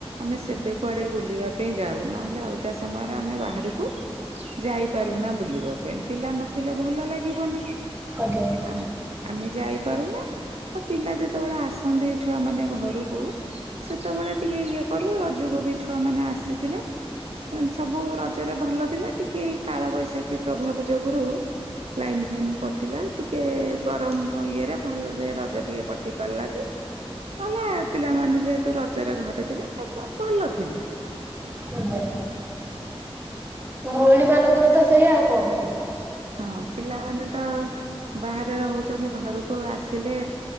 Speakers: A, on the right; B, on the right.
A: ଆମେ ସେବେ କୁଆଡ଼େ ବୁଲିବା ପାଇଁ ଯାଉ ନହେଲେ ଅଲଗା ସମୟରେ ଆମେ ବାହାରକୁ ଯାଇପାରୁନା ବୁଲିବା ପିଲା ନଥିଲେ ଭଲ ଲାଗିବନି
B: ଆଜ୍ଞା
A: ଆମ୍ ଆମେ ଯାଇପାରୁନା ଆଉ ପିଲା ଯେତେବେଳେ ଆସନ୍ତି ଛୁଆ ମାନେ ଘରକୁ ସେତେବେଳେ ଟିକେ ଇଏ କରୁ ରଜକୁ ବି ଛୁଆ ମାନେ ଆସିଥିଲେ ସବୁ ରଜରେ ଭଲ ଥିଲା ଟିକେ କାଳବୈଶାଖୀ ପ୍ରଭାବ ଯୋଗୁରୁ ଲାଇନ ଫାଇନ୍ କଟିଲା ଟିକେ ଗରମ ଇଏରେ ଭଲରେ ର ଜ ଟିକେ କଟି ପାରିଲାନି ନହଲେ ପିଲାମାନେ ଯେହେତୁ ରଜରେ ଘରେ ଥିଲେ <unintelligible> ଭଲ ଥିଲା
B: ହୁଁ <unintelligible> ଗୃହିଣୀ ମାନଙ୍କର ତ ସେଇଆ ଆଉ କଣ କରିବି
A: ହଁ ପିଲାମାନେ ତ ବାହାରେ ରହୁଛନ୍ତି ଘରକୁ ଆସିଲେ